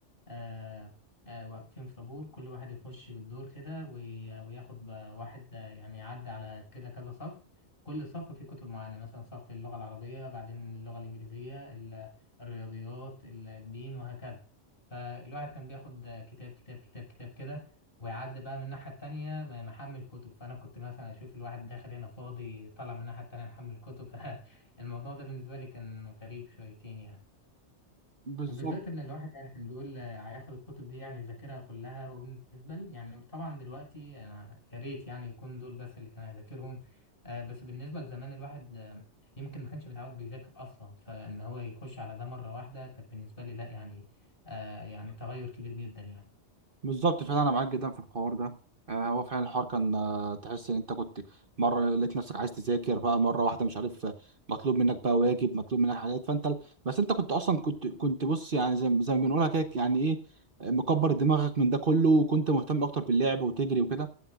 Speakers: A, on the left; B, on the right.
A: آه، آه، واقفين في طابور كل واحد يخش بالدور كده وي- وياخد ب- واحد آه، يعني يعدي على كده كذا صف كل صف فيه كتب معينة مثلا صف اللغة العربية بعدين اللغة الإنجليزية ال- الرياضيات ال- الدين وهكذا فالواحد كان بياخد آه، كتاب كتاب كتاب كتاب كده ويعدي بقى من الناحية التانية م- محمل كتب فأنا كنت مثلا أشوف الواحد داخل هنا فاضي طالع من الناحية التانية محمل كتب <laughs> فالموضوع ده بالنسبة لي كان غريب شويتين يعني
B: بالظبط
A: وبالذات ان الواحد يعني كان بيقول آه، هياخد الكتب دي يعني يذاكرها كلها وبالنسبه لي يعني طبعا دلوقتي انا يا ريت يعني يكون دول بس اللي كان هيذاكرهم آه، بس بالنسبه لزمان الواحد آه، يمكن ما كانش متعود بيذاكر اصلا فان هو يخش على ده مره واحده كانت بالنسبه لي لا يعني آه، يعني تغير كبير جدا يعني
B: بالظبط فعلا انا معاك جدا في الحوار ده آه، هو فعلا الحوار كان آه، تحس ان انت كنت مره لقيت نفسك عايز تذاكر بقى مره واحده مش عارف آه، مطلوب منك بقى واجب مطلوب منك حاجات فانت بس انت كنت اصلا كنت كنت بص يعني زي زي ما بنقولها كده يعني ايه آه، مكبر دماغك من ده كله وكنت مهتم اكتر باللعب وتجري وكده